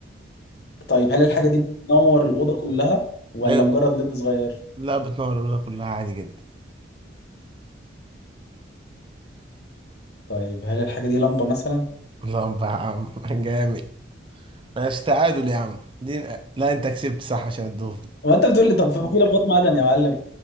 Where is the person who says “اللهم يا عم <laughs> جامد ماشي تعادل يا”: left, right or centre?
Right